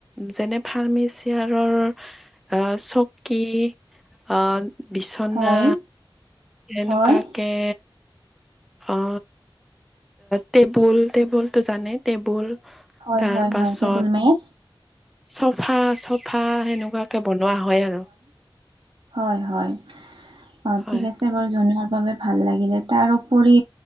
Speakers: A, in the centre; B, on the right (about 70°).
A: যেনে ফাৰ্মানিচিয়াৰৰ চকী আহ বিচনা
B: হয়।
A: এনেকুৱাকে
B: হয়,
A: অ টেবুল টেবুল তো জানে টেবুল
B: হয়,
A: তাৰ
B: হয়,
A: পাছত
B: হয় টেবুল মেচ
A: চফা, চফা সেনেকুৱাকে বনোৱা হয় আৰু
B: হয়, হয় অ
A: হয়
B: ঠিক আছে বাৰু জনোৱা বাবে ভাল লাগিলে তাৰপৰি